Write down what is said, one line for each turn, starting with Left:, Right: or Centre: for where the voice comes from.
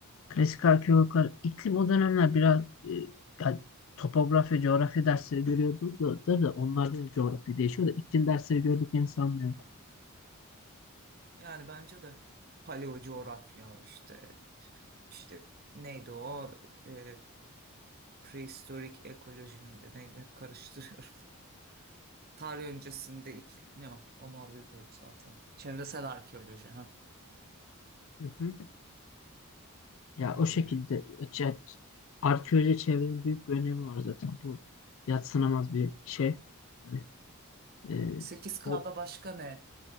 Left: Klasik arkeologlar iklim o dönemler biraz e, ya, topografya, coğrafya dersleri görüyordu da, da, da onlarda da coğrafya değişiyor da iklim dersleri gördüklerini sanmıyorum.
Right: Yani bence de paleo coğrafya işte işte neydi o e, prehistorik ekoloji miydi neydi Hep karıştırıyorum. <laughs> Tarih öncesinde ilk, ne o onu alıyoruz zaten. Çevresel arkeoloji ha
Left: Hı hı. Ya
Right: öyle.
Left: o şekilde ce- arkeoloji çevrenin büyük bir önemi var zaten. Bu yadsınamaz bir şey. Hani e,
Right: Sekiz kda
Left: o
Right: başka ne